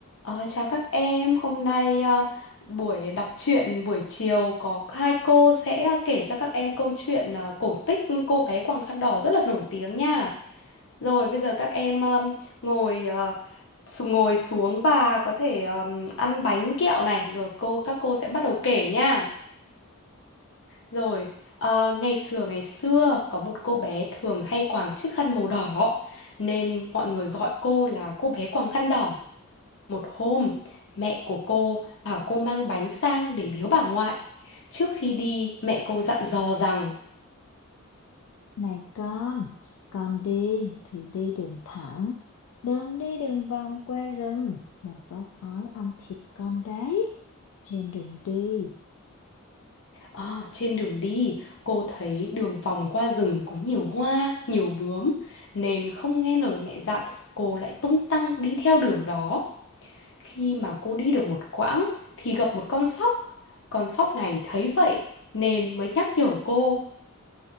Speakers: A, on the left; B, on the left.
A: Ờ, chào các em, hôm nay ờ, buổi đọc truyện buổi chiều có hai cô sẽ ờ, kể cho các em câu chuyện ờ, cổ tích cô bé quàng khăn đỏ rất là nổi tiếng nha. Rồi bây giờ các em ờm, ngồi ờ, xu- ngồi xuống và có thể ờm, ăn bánh kẹo này, rồi cô các cô sẽ bắt đầu kể nha. Rồi ờ, ngày xưa ngày xưa có một cô bé thường hay quàng chiếc khăn màu đỏ nên mọi người gọi cô là cô bé quàng khăn đỏ. Một hôm, mẹ của cô bảo cô mang bánh sang để biếu bà ngoại. Trước khi đi, mẹ cô dặn dò rằng
B: Này con, con đi thì đi đường thẳng, đừng đi đường vòng qua rừng mà chó sói ăn thịt con đấy. Trên đường đi,
A: "Ờ, trên đường đi, cô thấy đường vòng qua rừng có nhiều hoa, nhiều bướm, nên không nghe lời mẹ dặn, cô lại tung tăng đi theo đường đó. Khi mà cô đi được một quãng thì gặp một con sóc. Con sóc này thấy vậy nên mới nhắc nhở cô.